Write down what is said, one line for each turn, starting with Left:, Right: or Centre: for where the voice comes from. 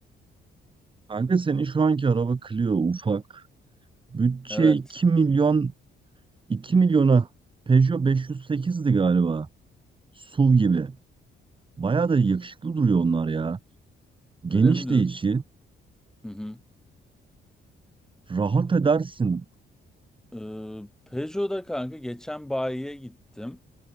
Right: Kanka senin şu anki araba Clio ufak. Bütçe
Centre: Evet.
Right: 2 milyon 2 milyona Peugeot 508'di galiba. SUV gibi. Bayağı da yakışıklı duruyor onlar ya. Geniş
Centre: Öyle mi diyorsun?
Right: de içi.
Centre: Hı hı.
Right: Rahat edersin.
Centre: Ee, Peugeot'da kanka geçen bayiye gittim.